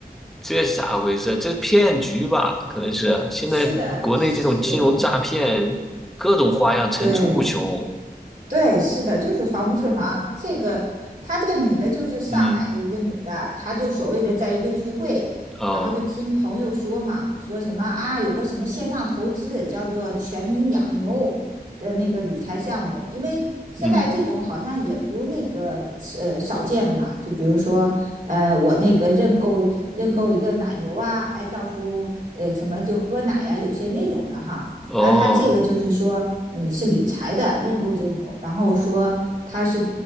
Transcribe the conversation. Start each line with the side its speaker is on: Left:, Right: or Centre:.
Centre: 这是咋回事？这是骗局吧？可能是现在国内这种金融诈骗，
Right: 是的，是，
Centre: 各种花样层出不穷。
Right: 对，对，是的，就是防不胜防。这个，她这个女的，就是上海的一个女的，
Centre: 嗯，
Right: 她就所谓的在一个聚会，
Centre: 哦，
Right: 然后就听朋友说嘛，说什么啊，有个什么线上投资叫做“全民养牛”的那个理财项目，因为现在这种好像也不那个呃少见了嘛。
Centre: 嗯，
Right: 就比如说，呃，我那个认购认购一个奶牛啊，哎，到时候呃什么就喝奶呀、有些那种的哈。
Centre: 哦，
Right: 然后他这个就是说你是理财的认购这个牛，然后说他是